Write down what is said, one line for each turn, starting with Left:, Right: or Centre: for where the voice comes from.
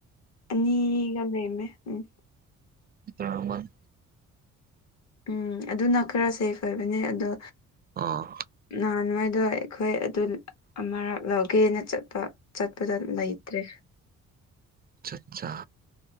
Left: ꯑꯅꯤꯒ ꯂꯦꯝꯃꯦ ꯎꯝ
Right: ꯑꯃ <unintelligible>
Left: ꯎꯝ ꯑꯗꯨꯅ ꯈꯔ ꯁꯦꯞ ꯑꯣꯏꯕꯅꯦ ꯑꯗꯣ
Right: ꯑꯥ
Left: ꯅꯍꯥꯟꯋꯥꯥꯏꯗꯣ ꯑꯩꯈꯣꯏ ꯑꯗꯨ ꯑꯃꯔꯛ ꯂꯧꯒꯦꯅ ꯆꯠꯄ ꯆꯠꯄꯗ ꯂꯩꯇ꯭ꯔꯦ
Right: ꯑꯆꯥ ꯑꯆꯥ